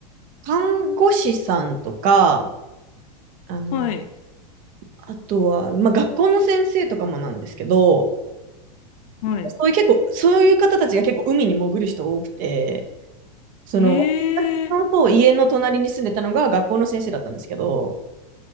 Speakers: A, on the right; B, on the left.
A: 看護師さんとか、あの、
B: うん。はい、
A: あとは、まあ、学校の先生とかもなんですけど、
B: はい。
A: そういう結構、そういう方たちが結構海に潜る人多くて、その、
B: ええ
A: 私と家の隣に住んでたのが学校の先生だったんですけど、